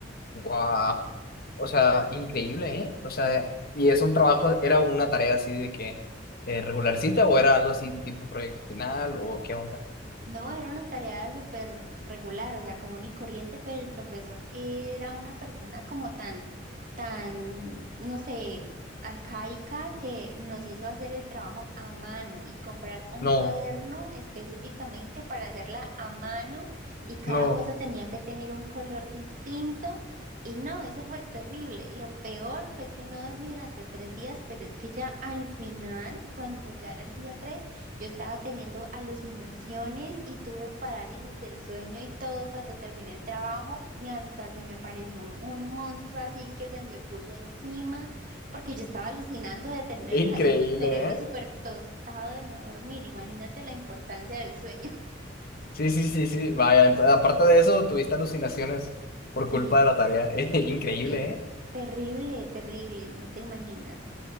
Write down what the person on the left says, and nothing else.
Wow. O sea, increíble, ¿eh? O sea, ¿y es un trabajo, era una tarea así de que eh, regularcita o era algo así tipo proyecto final o qué onda?
No,
no,
increíble,
¿eh?
Sí, sí, sí, sí. Vaya, ento- aparte de eso, tuviste alucinaciones por
culpa de la tarea. <laughs> Increíble,
¿eh?